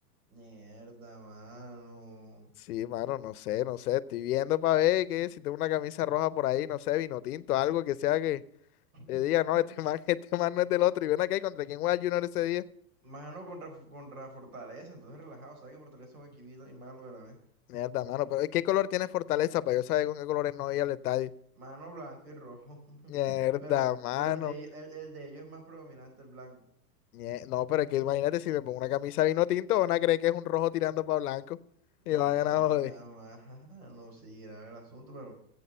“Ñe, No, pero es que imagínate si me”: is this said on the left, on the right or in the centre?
Left